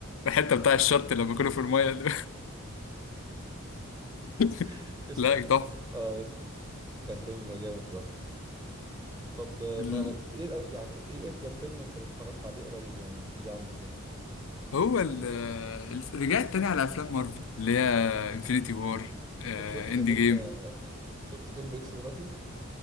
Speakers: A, on the left; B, on the right.
A: الحته بتاع الشط لما كانوا في المايه ده. <laughs>
B: <laughs> اسمه
A: لا تحفه
B: اه يس. كان فيلم جامد برضه طب ما
A: ال...
B: ايه يعني ايه اجدد فيلم انت اتفرجت عليه قريب يعني احكي لي عنه كده
A: هو ال ال- رجعت تاني على افلام مارفل اللي هي انفينيتي وار اند
B: طب شفت فيلم
A: جيم
B: <laughs> شفت فيلم اكس مراتي